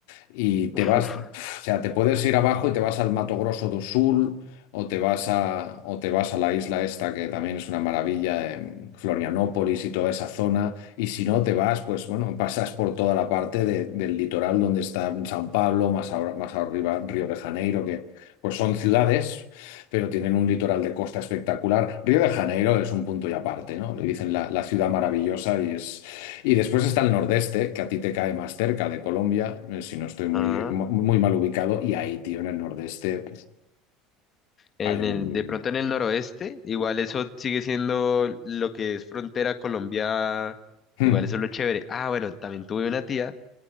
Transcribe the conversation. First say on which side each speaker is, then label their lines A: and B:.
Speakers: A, on the left; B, on the left.
A: y te
B: Uf,
A: vas, o sea, te puedes ir abajo y te vas al Mato Grosso do Sul o te vas a, o te vas a la isla esta que también es una maravilla, em, Florianópolis y toda esa zona. Y si no te vas, pues bueno, pasas por toda la parte de- del litoral donde está San Pablo, más, ahora- más arriba Río de Janeiro, que pues son ciudades, pero tienen un litoral de costa espectacular. Río de Janeiro es un punto y aparte, ¿no? Le dicen la, la ciudad maravillosa y es... Y después está el nordeste, que a ti te cae más cerca de Colombia, eh, si no estoy muy,
B: Ah,
A: mu- muy mal ubicado. Y ahí, tío, en el nordeste
B: en
A: hay un...
B: el, de pronto en el noroeste, igual eso sigue siendo lo que es frontera Colombia,
A: Hmm,
B: igual eso es lo chévere. Ah, bueno, también tuve una tía